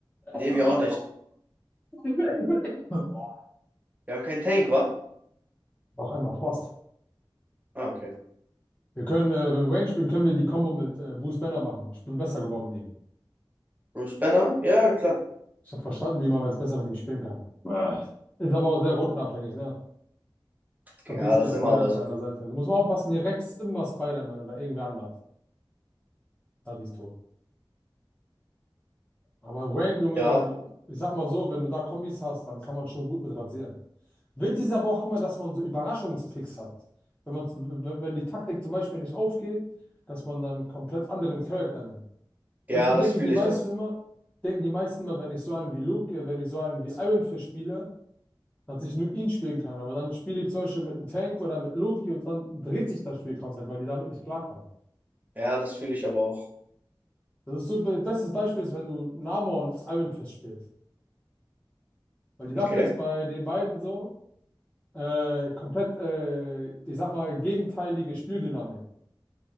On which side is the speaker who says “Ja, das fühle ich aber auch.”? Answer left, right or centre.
Right